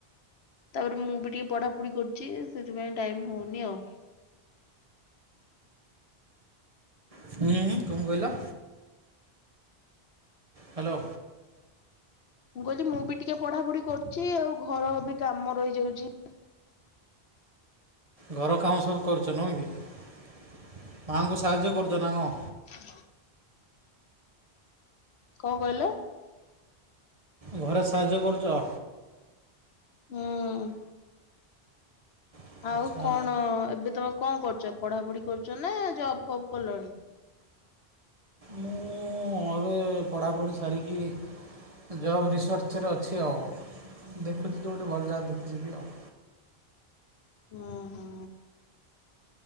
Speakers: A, on the left (about 75°); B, on the right (about 35°).
A: ତାପରେ ମୁଁ ବି ଟିକେ ପଢାପଢି କରୁଛି ସେଥିପାଇଁ ଟାଇମ୍ ହଉନି ଆଉ।
B: ହୁଁ ହୁଁ କଣ କହିଲ? ହାଲୋ।
A: ମୁଁ କହିଲି ମୁଁ ବି ଟିକେ ପଢା ପଢି କରୁଛି ଆଉ ଘର ବି କାମ ରହିଯାଉଛି।
B: ଘର କାମ ସବୁ କରୁଛ ନୁହଁ କି ମାଆଙ୍କୁ ସାହାଯ୍ୟ କରୁଛ ନା କଂ?
A: <inaudible> କଣ କହିଲେ?
B: ଘରେ ସାହାଯ୍ୟ କରୁଛ?
A: ହମ୍।
B: ଆଚ୍ଛା
A: ଆଉ କଣ ଏବେ ତମେ କଣ କରୁଛ ପଢାପଢି କରୁଛ ନା ଜବ୍ ଫବ୍ କଲଣି?
B: ମୁଁ ଏବେ ପଢ଼ାପଢ଼ି ସାରିକି ଜବ୍ ରିସର୍ଚରେ ଅଛି ଆଉ ଦେଖୁଛି ଯୋଉଠି ଭଲ ଜାଗା ଦେଖି ଯିବି ଆଉ।
A: ହୁଁ ହୁଁ।